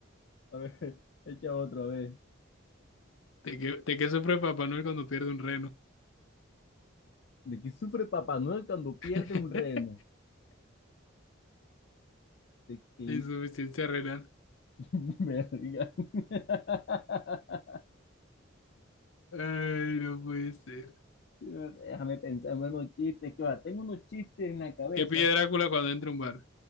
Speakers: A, on the left; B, on the left.
A: A ver, echa otra vez.
B: ¿De qué, de qué sufre Papá Noel cuando pierde un reno?
A: ¿De qué sufre Papá Noel cuando pierde
B: <laughs>
A: un reno? ¿De qué?
B: Insuficiencia renal.
A: <laughs> Verga. <laughs>
B: Ay, no puede ser.
A: Déjame pensar en unos chistes. Que va, tengo unos chistes en la cabeza.
B: ¿Qué pide Drácula cuando entra a un bar?